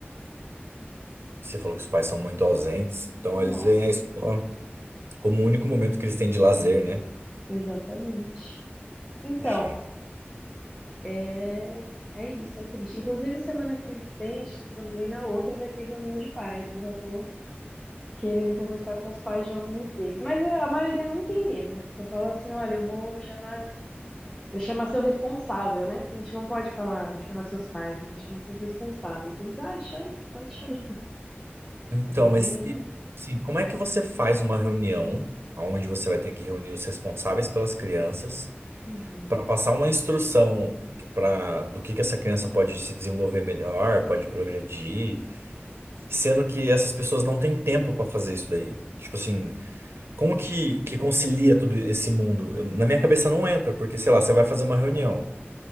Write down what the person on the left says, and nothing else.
Nossa,
exatamente. Então,
é, é isso, é triste. Inclusive, semana que vem, acho que semana que vem, na outra, vai ter reunião de pais. Eu já tô querendo conversar com os pais de alguns deles. Mas é, a maioria nem tem medo. Você fala assim: olha, eu vou chamar Vou chamar seu responsável, né? Porque a gente não pode falar, vou chamar seus pais, né? Vou chamar seus responsáveis. Eles, ah, chama, pode chamar.
É bem.
Uhum,